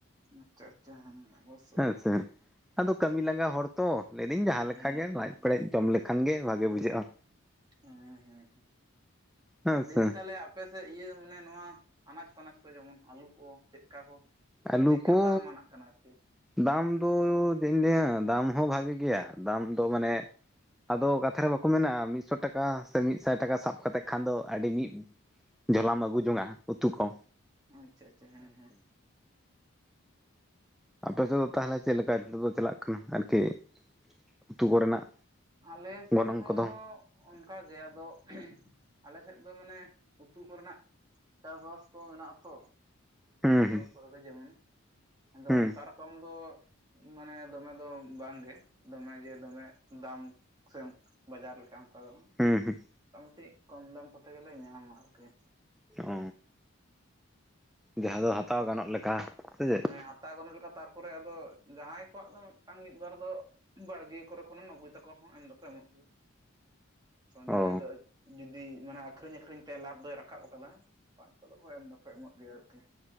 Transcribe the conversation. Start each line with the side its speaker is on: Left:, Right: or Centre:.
Right: ᱟᱪᱪᱷᱟ ᱟᱪᱪᱷᱟ ᱦᱮᱸ ᱚᱵᱚᱥᱚᱭ
Centre: ᱦᱮᱸ ᱥᱮ ᱟᱫᱚ ᱠᱟᱹᱢᱤ ᱞᱟᱸᱜᱟ ᱦᱚᱲ ᱛᱚ ᱞᱟᱹᱭᱫᱟᱹᱧ ᱡᱟᱦᱟᱸ
Right: ᱦᱮᱸ
Centre: ᱞᱮᱠᱟ ᱜᱮ
Right: ᱦᱮᱸ
Centre: ᱞᱟᱡ ᱯᱮᱨᱮᱡ ᱡᱚᱢ ᱞᱮᱠᱷᱟᱱ ᱜᱮ ᱵᱷᱟᱜᱮ ᱵᱩᱡᱷᱟᱹᱜᱼᱟ
Right: ᱦᱸ ᱦᱮᱸ ᱦᱮᱸ
Centre: ᱦᱮᱸ
Right: ᱞᱟᱹᱭ
Centre: ᱥᱮ
Right: ᱫᱟᱹᱧ ᱛᱟᱦᱞᱮ ᱟᱯᱮ ᱥᱮᱫ ᱤᱭᱟᱹ ᱢᱟᱱᱮ ᱱᱚᱶᱟ ᱟᱱᱟᱡᱽ ᱯᱟᱱᱟᱪ ᱠᱚ ᱡᱮᱢᱚᱱ ᱟᱹᱞᱩ ᱠᱚ ᱪᱮᱫᱠᱟ ᱠᱚ
Centre: ᱟᱹᱞᱩ
Right: ᱪᱮᱫᱠᱟ
Centre: ᱠᱚ
Right: ᱫᱟᱢ ᱟᱱᱟᱜ ᱠᱟᱱᱟ ᱟᱨᱠᱤ?
Centre: ᱫᱟᱢ ᱫᱚ ᱪᱮᱫ ᱤᱧ ᱞᱟᱹᱭᱟ ᱫᱟᱢ ᱦᱚᱸ ᱵᱷᱟᱜᱤ ᱜᱮᱭᱟ ᱫᱟᱢ ᱫᱚ ᱢᱟᱱᱮ ᱟᱫᱚ ᱠᱟᱛᱷᱟ ᱨᱮ ᱵᱟᱠᱚ ᱢᱮᱱᱟ ᱢᱤᱫᱥᱚ ᱴᱟᱠᱟ ᱥᱮ ᱢᱤᱫ ᱥᱟᱭ ᱴᱟᱠᱟ ᱥᱟᱵ ᱠᱟᱛᱮ ᱠᱷᱟᱱ ᱫᱚ ᱟᱹᱰᱤ ᱢᱤᱫ ᱡᱷᱚᱞᱟᱢ ᱟᱹᱜᱩ ᱡᱚᱝᱼᱟ ᱩᱛᱩ ᱠᱚ
Right: ᱟᱪᱪᱷᱟ ᱟᱪᱪᱷᱟ ᱦᱮᱸ ᱦᱮᱸ
Centre: ᱟᱯᱮ ᱥᱮᱫ ᱫᱚ ᱛᱟᱦᱚᱞᱮ ᱪᱮᱫ ᱞᱮᱠᱟ ᱱᱤᱛᱚᱜ ᱪᱟᱞᱟᱜ ᱠᱟᱱᱟ ᱟᱨᱠᱤ ᱩᱛᱩ ᱠᱚᱨᱮᱱᱟᱜ
Right: ᱟᱞᱮ ᱥᱮᱫ
Centre: ᱜᱚᱱᱚᱝ
Right: ᱦᱚᱸ
Centre: ᱠᱚᱫᱚ
Right: ᱚᱱᱠᱟ ᱜᱮ ᱟᱫᱚ ᱟᱞᱮ ᱥᱮᱫ ᱫᱚ ᱢᱟᱱᱮ ᱩᱛᱩ ᱠᱚᱨᱮᱱᱟᱜ ᱪᱟᱥ ᱵᱟᱥ ᱠᱚ ᱢᱮᱱᱟᱜᱼᱟ ᱛᱚ᱾
Centre: ᱦᱩᱸ ᱦᱩᱸ
Right: ᱥᱩᱨ ᱠᱚᱨᱮ ᱜᱮ ᱡᱮᱢᱚᱱ ᱟᱫᱚ
Centre: ᱦᱩᱸ
Right: ᱚᱱᱠᱟ ᱨᱚᱠᱚᱢ ᱫᱚ ᱢᱟᱱᱮ ᱫᱚᱢᱮ ᱫᱚ ᱵᱟᱝᱜᱮ ᱫᱚᱢᱮ ᱡᱮ ᱫᱚᱢᱮ ᱫᱟᱢ ᱥᱮᱸ ᱵᱟᱡᱟᱨ ᱞᱮᱠᱟ ᱚᱱᱠᱟ ᱫᱚ ᱵᱟᱝ?
Centre: ᱦᱩᱸ ᱦᱩᱸ
Right: ᱢᱳᱴᱟᱢᱩᱴᱤ ᱠᱚᱢ ᱫᱟᱢ ᱠᱚᱛᱮ ᱜᱮᱞᱮ ᱧᱟᱢᱟ ᱟᱨᱠᱤ
Centre: ᱚ ᱡᱟᱦᱟᱸ ᱫᱚ ᱦᱟᱛᱟᱣ ᱜᱟᱱᱚᱜ ᱞᱮᱠᱟ ᱥᱮ ᱪᱮᱫ
Right: ᱦᱮᱸ ᱦᱟᱛᱟᱣ ᱜᱟᱱᱚᱜ ᱞᱮᱠᱟ ᱛᱟᱨᱯᱚᱨᱮ ᱟᱫᱚ ᱡᱟᱦᱟᱸᱭ ᱠᱚᱣᱟᱜ ᱫᱚ ᱢᱤᱫᱴᱟᱝ ᱢᱤᱫ ᱵᱟᱨ ᱫᱚ ᱵᱟᱲᱜᱮ ᱠᱚᱨᱮ ᱠᱷᱚᱱᱮᱢ ᱟᱹᱜᱩᱭ ᱛᱟᱠᱚ ᱨᱮᱦᱚᱸ ᱮᱢ ᱫᱚᱠᱚ ᱮᱢᱚᱜ ᱜᱮᱭᱟ᱾ ᱡᱟᱦᱟᱸᱭ
Centre: ᱚ
Right: ᱫᱚ ᱡᱩᱫᱤ ᱢᱟᱱᱮ ᱟᱠᱷᱨᱤᱧ ᱟᱠᱷᱨᱤᱧ ᱛᱮ ᱞᱟᱵᱷ ᱫᱚᱭ ᱨᱟᱠᱟᱵ ᱟᱠᱟᱫᱟ <inaudible> ᱮᱢ ᱫᱚᱠᱚ ᱮᱢᱚᱜ ᱜᱮᱭᱟ ᱟᱨᱠᱤ